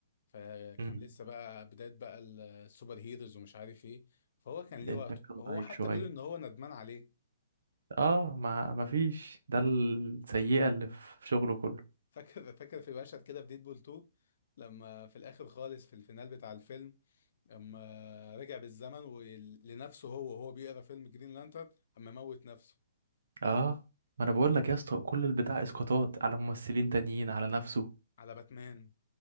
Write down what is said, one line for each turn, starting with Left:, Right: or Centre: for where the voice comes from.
Left: فكان
Right: مم.
Left: لسه بقى بداية بقى السوبر هيروز ومش عارف ايه فهو كان ليه
Right: الإنتاج
Left: وقته
Right: كان
Left: وهو
Right: ضعيف
Left: حتى
Right: شوية
Left: بيقول ان هو ندمان عليه
Right: اه ما ما فيش ده السيئة اللي في شغله كله
Left: <laughs> فاكر فاكر في مشهد كده في ديدبول 2 لما في الاخر خالص في الفينال بتاع الفيلم اما رجع بالزمن ولنفسه هو وهو بيقرا فيلم جرين لانترن اما موت نفسه
Right: اه ما انا بقول لك يا اسطى كل البتاع اسقاطات على ممثلين تانيين على نفسه
Left: على باتمان